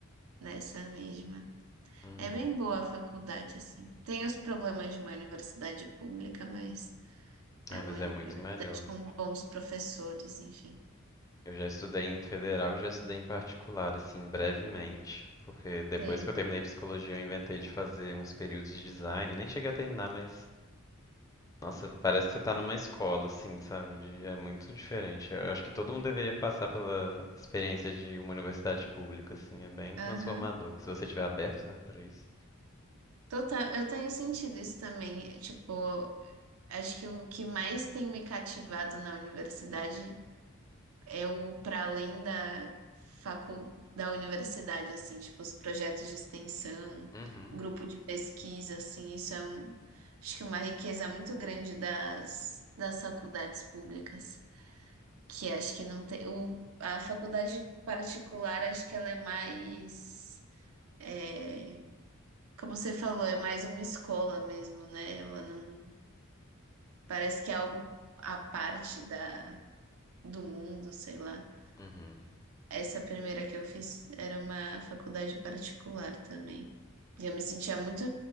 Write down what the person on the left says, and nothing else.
Uhum.
Ai,
mas
é muito melhor.
Eu já estudei em federal, já estudei em particular, assim, brevemente, porque depois
que eu terminei psicologia, eu inventei de fazer uns períodos de design, nem cheguei a terminar, mas nossa, parece que você tá numa escola, assim, sabe? De- é muito diferente. Eu acho que todo mundo deveria passar pela experiência de uma universidade pública, assim, é bem
transformador, se você estiver aberto, né, para isso.
Uhum,
uhum,